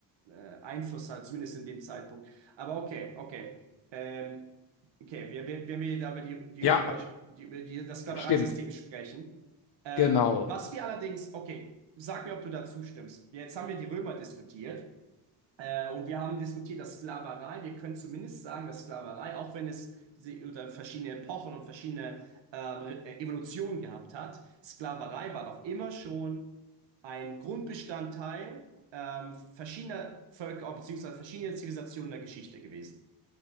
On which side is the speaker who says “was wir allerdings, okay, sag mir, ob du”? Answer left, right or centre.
Right